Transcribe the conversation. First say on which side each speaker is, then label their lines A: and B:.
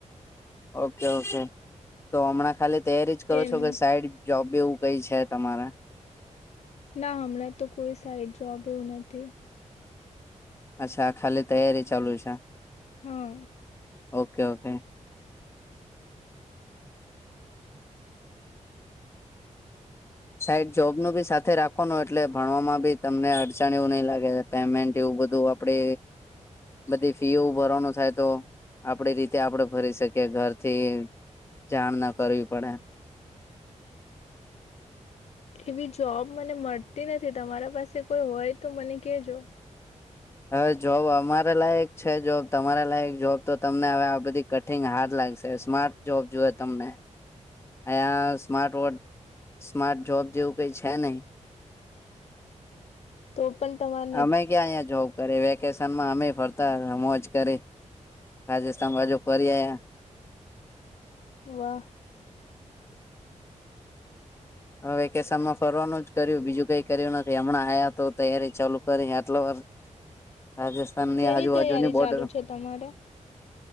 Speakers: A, on the left (about 20°); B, on the left (about 60°).
A: ઓકે ઓકે તો હમણાં ખાલી તૈયારી જ કરો
B: તેનું
A: છો કે સાઈડ જોબ એવું કઈ છે તમારે,?
B: ના હમણાં તો કોઈ સાઈડ જોબ એવું નથી.
A: અચ્છા ખાલી તૈયારી ચાલુ છે.
B: હા
A: ઓકે ઓકે. સાઈડ જોબ નું બી સાથે રાખવાનું એટલે ભણવામાં બી તમને અડચણ એવું નહી લાગે. પેમેન્ટ એવું બધું આપડે બધી ફીઓ ભરવાનું થાય તો આપડી રીતે આપડે ભરી શકીએ ઘરથી જાણ ના કરવી પડે.
B: એવી જોબ મને મળતી નથી. તમારા પાસે કોઈ હોય તો મને કેજો.
A: હવે જોબ અમારે લાયક છે જોબ તમારા લાયક જોબ તો તમને હવે આ બધી કઠિંગ હાર્ લાગશે સ્માર્ટ જોબ જોય તમને, અહીંયા સ્માર્ટ વોડ સ્માર્ટ જોબ જેવું કઈ છે નહી,
B: તો પણ તમારે
A: અમે ક્યાં અહંયા જોબ કરીએ વેકે વેકેશન મા અમે ફરતા મોજ કરી. રાજસ્થાન બાજુ ફરી આવ્યા.
B: વાહ.
A: હ વેકેશનમાં ફરવાનું જ કર્યું બીજું કઈ કર્યું નથી હમણાં આ્યા તો તૈયારી ચાલુ કરી આટલો વાર રાજસ્થાનની
B: શેની
A: આજુબાજુની
B: તૈયારી
A: બોર્ડર
B: ચાલુ છે તમારે